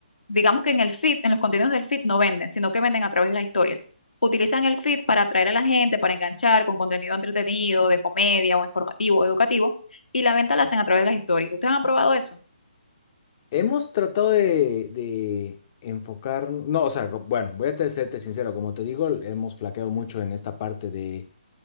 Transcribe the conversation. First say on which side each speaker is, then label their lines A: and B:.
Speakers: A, on the left (about 80°); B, on the left (about 35°).
A: digamos que en el feed, en los contenidos del feed no venden, sino que venden a través de las historias. Utilizan el feed para atraer a la gente, para enganchar con contenido entretenido, de comedia o informativo, o educativo, y la venta la hacen a través de las historias. ¿Ustedes han probado eso?
B: Hemos tratado de, de enfocar, no, o sea, co- bueno, voy a te- serte sincero, como te digo, hemos flaqueado mucho en esta parte de